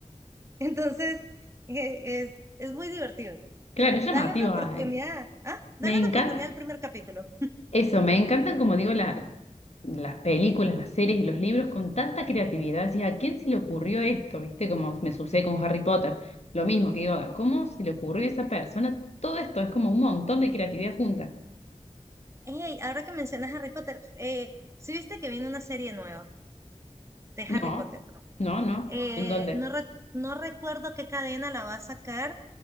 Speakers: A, on the right; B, on the left.
A: <laughs> Entonces, eh, es, es muy divertido.
B: Claro,
A: Te-
B: es llamativa.
A: dale una oportunidad.
B: eh.
A: Ah, dale
B: Me encanta.
A: una oportunidad al primer capítulo.
B: Eso, me encantan, como digo, la- las películas, las series y los libros con tanta creatividad. Decís, ¿a quién se le ocurrió esto? ¿Viste? Como me sucede con Harry Potter. Lo mismo que digo, ¿cómo se le ocurrió a esa persona? Todo esto es como un montón de creatividad junta.
A: Hey, ahora que mencionas Harry Potter, eh, ¿sí viste que viene una serie nueva de Harry
B: No,
A: Potter?
B: no, no.
A: Eh,
B: ¿En dónde?
A: no, re- no recuerdo qué cadena la va a sacar,